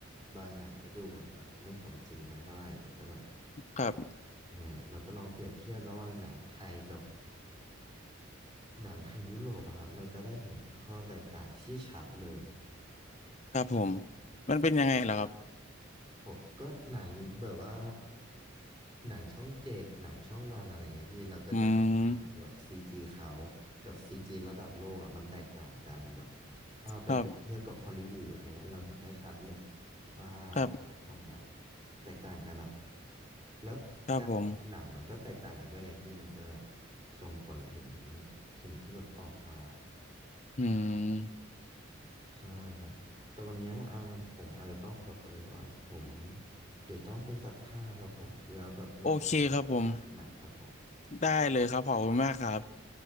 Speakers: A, on the right (about 20°); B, on the left (about 35°).
A: บางอย่างก็ดูเหมือนแบบไม่สมจริงสักเท่าไหร่แล้วก็แบบ
B: ครับ
A: ยังไงอะเราก็ลองเปรียบเทียบระหว่างหนังไทยกับหนังทางยุโรปอะครับเราจะได้เห็นข้อแตกต่างที่ชัดเลย
B: ครับผมมันเป็นยังไงล่ะครับ
A: โหก็หนังแบบว่าหนังช่องเจ็ดหนังช่องวันอะไรเงี้ยพี่เราก็จะเห็นได้ไงแบบซีจีเขา
B: อืม
A: กับซีจีระดับโลกอ่ะมันแตกต่างกันแบบถ้าเราไปเปรียบเทียบกับฮอลลีวูดอะไรเงี้ยเราเห็นได้ชัดเลย
B: ครับ
A: ว่าเขาทำแบบ
B: ครับ
A: แตกต่างกันอ่ะแล้วการลงทุนหนังมันก็แตกต่างกันด้วยไงพี่มันก็
B: ครับผม
A: ส่งผลถึงสิ่งที่แบบออกมา
B: อืม
A: ใช่ครับแต่วันเนี้ยอ่าผมอาจจะต้องขอตัวไปก่อนผมเดี๋ยวต้องไปซักผ้าครับผมแล้วแบบมีโอกาสไว้คุยกันใหม่ครับผม
B: โอเคครับผม ได้เลยครับขอบคุณมากครับ